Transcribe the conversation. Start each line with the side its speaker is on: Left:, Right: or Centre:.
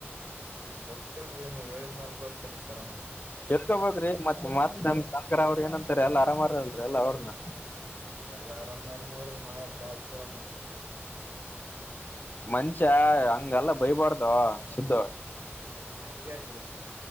Right: ಗೊತ್ತಿಲ್ರರಿ ನೀವ್ ಹೇಳಿದ್ಮ್ಯಾಲ ಗೊತ್ತರಿ ಸರ ನಮ್
Left: ತಿಳ್ಕೋಬ್ರಿ ಮತ್ ಮತ್ ನಮ ಶಂಕ್ರ ಅವ್ರ ಏನ ಎಲ್ಲ ಆರಾಮಾರದಲ್ರರಿ ಎಲ್ಲ ಅವ್ರನ್ನ
Right: ಎಲ್ಲಾ ಆರಾಮಾರ ನೋಡ್ರಿ ನಾವ್ ಪಾಲ್ಸು <unintelligible>
Left: ಮನಷ್ಯ ಹಂಗೆಲ್ಲ ಬೈಬಾರ್ದ ಸಿದ್ದ
Right: ಹಂಗ್ಯಾಕೆ